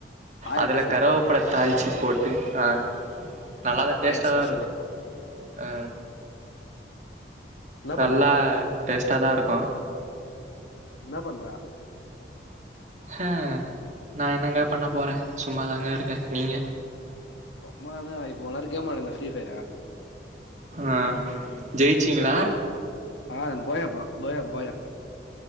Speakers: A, on the left; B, on the right.
A: ஆயா
B: அதுல
A: பெசலா
B: கருவேப்பல தாளிச்சு போட்டு ஆ நல்லாதா டேஸ்ட்டாதா
A: ஆயா ஸ்பெஷலு
B: இருக்கு ஆ
A: என்ன
B: நல்லா
A: பண்ற
B: டேஸ்ட்டா தா இருக்கு
A: என்ன பண்ற
B: ஹ் நா என்னங்க பண்ண போற சும்மாதாங்க இருக்க நீங்க
A: ஒம்மாதா இப்போ வெளாடுற கேம் அந்த ஃப்ரீ ஃபயரா
B: ஆ ஜெயிச்சீங்ளா
A: ஆ போய பா போயா போயா